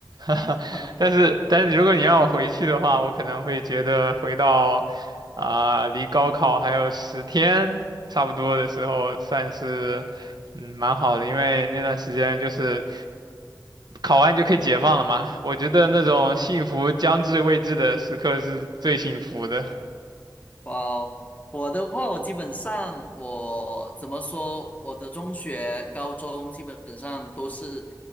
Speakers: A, on the right (about 65°); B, on the left (about 20°).
A: <laughs>
B: <laughs>
A: 但是但是如果你让我回去的话，我可能会觉得回到啊、离高考还有十天差不多的时候，算是嗯蛮好的，因为那段时间就是。考完就可以解放了嘛。我觉得那种幸福将至未至的时刻是最幸福的
B: 哇哦，我的话，我基本上我怎么说，我的中学、高中基本上都是